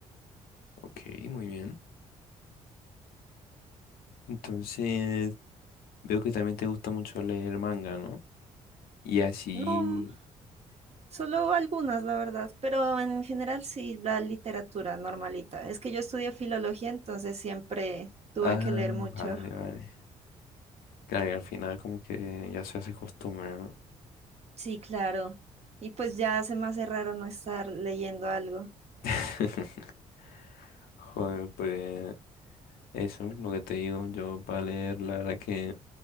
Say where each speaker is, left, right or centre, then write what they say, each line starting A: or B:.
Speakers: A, on the left; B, on the right.
A: Ok, muy bien. Entonces, veo que también te gusta mucho leer manga, ¿no? Y así...
B: No, solo algunas, la verdad, pero en general sí la literatura normalita. Es que yo estudié filología, entonces siempre tuve
A: Ah,
B: que leer mucho.
A: vale, vale. Claro, y al final como que ya se hace costumbre, ¿no?
B: Sí, claro. Y pues ya se me hace raro no estar leyendo algo.
A: <laughs> Joder, pues... Eso, lo que te digo, yo para leer, la verdad que